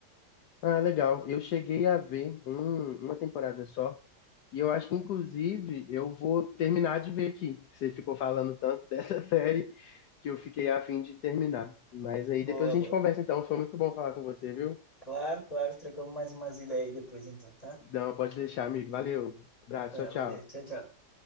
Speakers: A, on the left; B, on the left.
A: Ah, legal. Eu cheguei a ver um- uma temporada só. E eu acho que, inclusive, eu vou terminar de ver aqui. Você ficou falando tanto dessa <laughs> série que eu fiquei a fim de terminar. Mas aí
B: Boa,
A: depois a gente
B: boa.
A: conversa, então. Foi muito bom falar com você, viu?
B: Claro, claro, trocamos mais umas ideias aí depois então, tá?
A: Não, pode deixar, amigo. Valeu. Abraço,
B: Tá,
A: tchau, tchau.
B: valeu. Tchau, tchau.